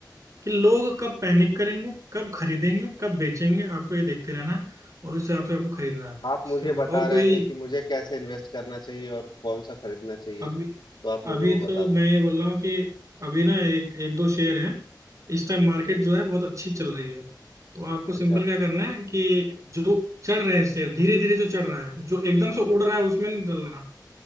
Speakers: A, on the right; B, on the left.
A: कि लोग कब पैनिक करेंगे कब खरीदेंगे कब बेचेंगे आपको ये देखते रहना है और उस हिसाब से आपको खरीदना है
B: आप
A: सिंपल
B: मुझे बता
A: और
B: रहे
A: कोई
B: थे कि मुझे कैसे इन्वेस्ट करना चाहिए और कौन सा खरीदना चाहिए
A: अब
B: तो आप मुझे
A: अभी
B: वो
A: तो
B: बता दो
A: मैं ये बोल रहा हूँ कि अभी ना एक एक दो शेयर हैं इस टाइम मार्केट
B: हम्म
A: जो है बहुत अच्छी चल रही है तो आपको सिंपल
B: अच्छा
A: क्या करना है कि जो चढ़ रहे हैं शेयर धीरे धीरे जो चढ़ रहा है जो एकदम से
B: हम्म
A: उड़ रहा है उसमें नहीं डलना